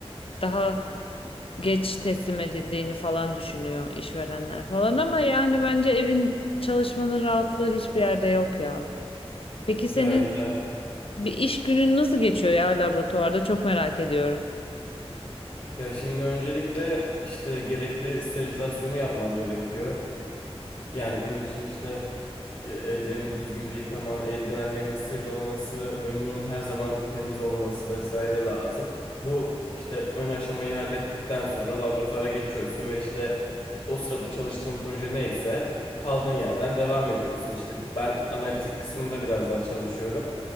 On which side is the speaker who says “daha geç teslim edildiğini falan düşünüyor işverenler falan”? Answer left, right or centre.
Left